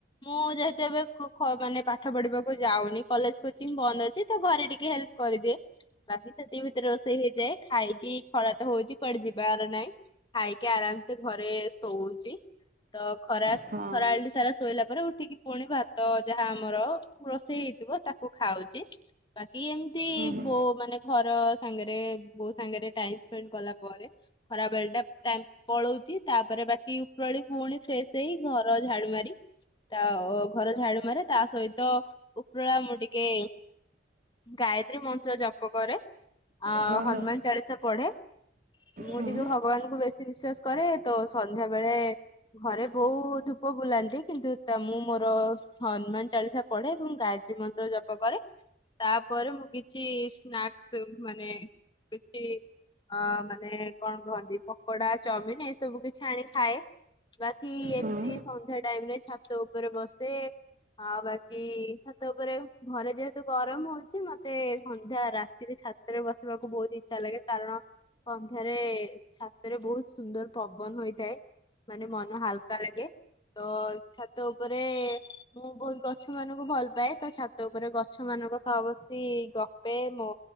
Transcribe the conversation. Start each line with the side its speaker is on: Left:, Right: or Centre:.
Left: ମୁଁ ଯେହେତୁ ଏବେ କୋକ ମାନେ ପାଠ ପଢିବାକୁ ଯାଉନି କଲେଜ କୋଚିଂ ବନ୍ଦ ଅଛି ତ ଘରେ ଟିକେ ହେଲ୍ପ କରିଦିଏ। ବାକି ସେତିକି ଭିତରେ ରୋଷେଇ ହେଇଯାଏ ଖାଇକି ଖରା ତ ହଉଛି କୁଆଡେ ଯିବାର ନାଇଁ। ଖାଇକି ଆରାମସେ ଘରେ ଶୋଉଛି ତ ଖରା
Right: ହଁ ହଁ
Left: ଖରାବେଳଟି ସାରା ଶୋଇଲା ପରେ ଉଠିକି ପୁଣି ଭାତ ଯାହା ଆମର ରୋଷେଇ ହେଇ ଥିବ ତାକୁ ଖାଉଛି ବାକି ଏମିତି
Right: ହୁଁ
Left: ବୋ ମାନେ ଘର ସାଙ୍ଗରେ ବୋଉ ସାଙ୍ଗରେ ଟାଇମ ସ୍ପେଣ୍ଡ କଲା ପରେ ଖରା ବେଳେ ଟା ଟାଇମ୍ ପଳଉଛି ତାପରେ ବାକି ଉପରଳି ପୁଣି ଫ୍ରେଶ ହେଇ ଘର ଝାଡୁ ମାରି ତା ଘର ଝାଡୁ ମାରେ ତା ସହିତ ଉପରଳା ମୁଁ ଟିକେ ଗାୟତ୍ରୀ ମନ୍ତ୍ର ଜପ କରେ ଆ
Right: ହୁଁ ହଁ
Left: ହନୁମାନ ଚାଳିଶା ପଢେ। ମୁଁ
Right: ହଁ।
Left: ଟିକେ ଭଗବାନଙ୍କୁ ବେଶୀ ବିଶ୍ଵାସ କରେ ତ ସନ୍ଧ୍ୟା ବେଳେ ଘରେ ବୋଉ ଧୂପ ବୁଲାନ୍ତି। କିନ୍ତୁ ତା ମୁଁ ମୋର ହନୁମାନ ଚାଳିଶା ପଢେ। ମୁଁ ଗାୟତ୍ରୀ ମନ୍ତ୍ର ଜପ କରେ। ତା'ପରେ ମୁଁ କିଛି ସ୍ନାକ୍ସ ମାନେ, କିଛି ଅ ମାନେ କଣ କହନ୍ତି? ପକୋଡା, ଚଓମିନ ଏଇସବୁ କିଛି ଆଣି ଖାଏ। ବା କି ଏମିତି
Right: ହଁ ହଁ ହଁ
Left: ସନ୍ଧ୍ୟା ଟାଇମ୍ ରେ ଛାତ ଉପରେ ବସେ। ଆଉ ବାକି ଛାତ୍ ତ ଉପରେ ଘରେ ଯେହେତୁ ଗରମ ହଉଛି, ମତେ ସନ୍ଧ୍ୟା ରାତିରେ ଛାତରେ ବସିବାକୁ ବହୁତ ଇଚ୍ଛା ଲାଗେ। କାରଣ ସନ୍ଧ୍ୟାରେ ଛାତରେ ବହୁତ ସୁନ୍ଦର ପବନ ହୋଇଥାଏ। ମାନେ ମନ ହାଲ୍ କା, ଲାଗେ ତ ଛାତ ଉପରେ, ମୁଁ ବହୁତ ଗଛ ମାନଙ୍କୁ ଭଲ ପାଏ। ତ ଛାତ ଉପରେ ଗଛ ମାନଙ୍କ ସହ ବସି ଗପେ। ମୋ